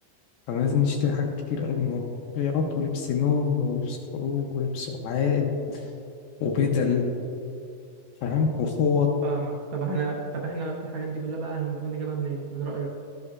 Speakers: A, on the left; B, on the right.
A: فلازم نشتري حاجات كتير قوي من هنا غيارات ولبس نوم ولبس خروج ولبس قعاد وبدل فاهم وفوط
B: فاهمك طب احنا طب احنا الحاجات دي كلها بقى المفروض نجيبها منين من رايك